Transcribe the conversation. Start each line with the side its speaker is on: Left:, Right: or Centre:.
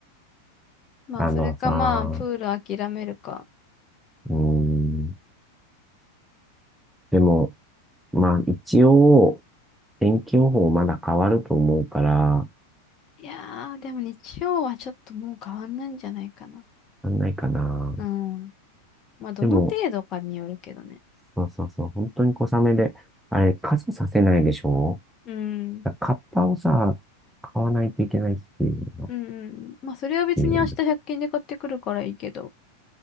Left: まあ、
Centre: あのさ、
Left: それかまあ、プール諦めるか。
Centre: うーん。でも、まあ一応、天気予報まだ変わると思うから、
Left: いやー、でも日曜はちょっともう変わんないんじゃないかな。
Centre: なんないかな。
Left: うん。まあ、どの程度かによるけどね。
Centre: でも、そうそうそう、本当に小雨で、あれ、傘させないでしょ
Left: うん。
Centre: だからカッパをさ、買わないといけないっていうのが、
Left: うんうん。
Centre: っ
Left: まあ、それは別に明日100均で買ってくるからいいけど。
Centre: ていうね。